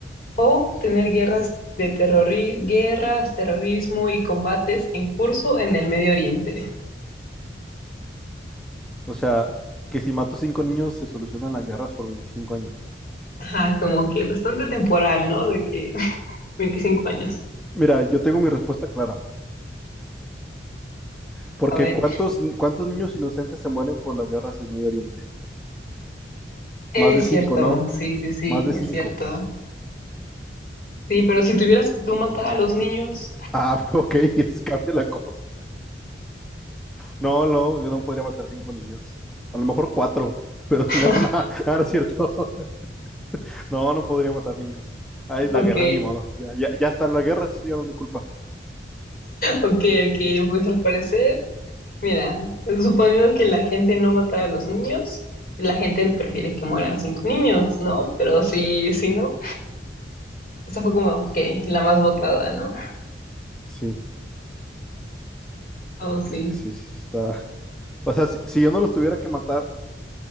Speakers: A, on the left (about 55°); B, in the centre.
A: ¿O tener guerras de terrori- guerras, terrorismo y combates en curso en el Medio Oriente?
B: O sea, que si mato cinco niños se solucionan las guerras por 25 años.
A: Ajá, como que bastante temporal, ¿no? De que <laughs> 25 años.
B: Mira, yo tengo mi respuesta clara, porque
A: A ver.
B: ¿cuántos, cuántos niños inocentes se mueren por las guerras en Medio Oriente?
A: Es
B: Más de cinco,
A: cierto,
B: ¿no?
A: sí, sí, sí,
B: Más de cinco.
A: es cierto. Sí, pero si tuvieras que tú matar a los niños.
B: Ah, <laughs> ok, eso cambia la cosa. No, no, yo no podría matar cinco niños. A lo mejor cuatro, pero sin
A: <laughs>
B: <laughs> ganar, nada, Ah, no es cierto. <laughs> No, no podría matar niños. Ay, la
A: Ok,
B: guerra, ni modo. Ya, ya, ya está en la guerra, eso ya no es mi culpa.
A: ok, ok, pues al parecer. Mira, suponiendo que la gente no matara a los niños, la gente prefiere que mueran cinco niños, ¿no? Pero sí, sí, ¿no? Esa fue como que la más votada, ¿no?
B: Sí,
A: Oh,
B: porque
A: sí.
B: sí, sí, sí está. <laughs> O sea, si, si yo no los tuviera que matar,